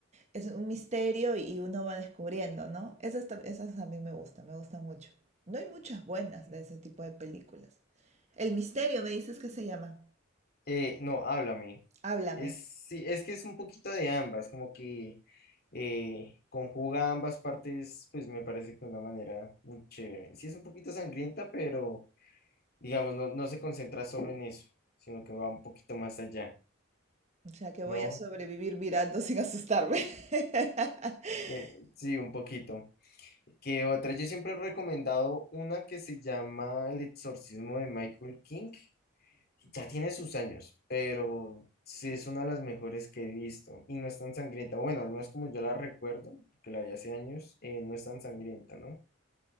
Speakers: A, on the right; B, on the left.
A: es un misterio y uno va descubriendo, ¿no? Esas, tam- esas a mí me gustan, me gustan mucho. No hay muchas buenas de ese tipo de películas. El misterio, me dices que se llama.
B: Eh, no, Háblame.
A: Háblame.
B: Es, sí, es que es un poquito de ambas, como que eh, conjuga ambas partes, pues me parece que de una manera muy chévere. Sí, es un poquito sangrienta, pero digamos, no, no se concentra solo en eso, sino que va un poquito más allá,
A: O sea que voy
B: ¿no?
A: a sobrevivir mirando sin asustarme. <laughs>
B: Eh, sí, un poquito. que otras yo siempre he recomendado una que se llama El exorcismo de Michael King. Ya tiene sus años, pero sí es una de las mejores que he visto y no es tan sangrienta. Bueno, al menos como yo la recuerdo, porque la vi hace años, eh, no es tan sangrienta, ¿no?